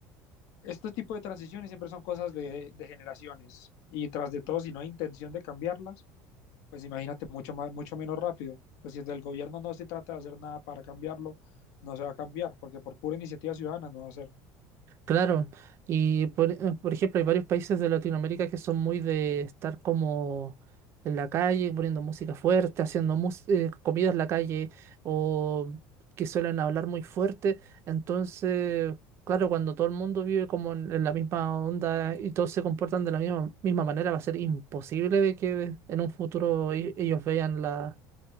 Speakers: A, on the left; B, on the right.
A: este tipo de transiciones siempre son cosas de, de, generaciones y tras de todo, si no hay intención de cambiarlas, pues imagínate mucho, más, mucho menos rápido. Pues si desde el gobierno no se trata de hacer nada para cambiarlo, no se va a cambiar, porque por pura iniciativa ciudadana no va a ser.
B: Claro, y por, eh, por ejemplo hay varios países de Latinoamérica que son muy de estar como en la calle, poniendo música fuerte, haciendo mus- eh, comida en la calle o que suelen hablar muy fuerte. Entonces, claro, cuando todo el mundo vive como en, en la misma onda y todos se comportan de la misma, misma manera, va a ser imposible de que en un futuro e- ellos vean la,